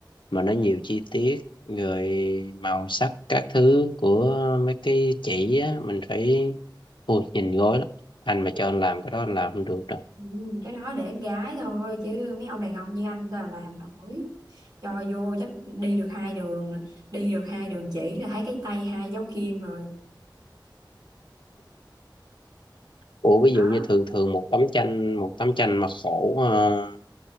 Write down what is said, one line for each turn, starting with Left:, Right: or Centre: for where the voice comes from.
Left: mà nó nhiều chi tiết rồi màu sắc các thứ của mấy cái chỉ á mình phải Ôi, nhìn gối lắm anh mà cho anh làm cái đó anh làm không được
Right: Ừ, cái đó để gái thôi chứ mấy ông đàn ông như anh sao làm nổi cho vô chắc đi được hai đường đi được hai đường chỉ là thấy cái tay hai dấu kim rồi
Left: Ủa ví
Right: đó
Left: dụ như thường thường một tấm tranh một tấm tranh mà khổ ờ,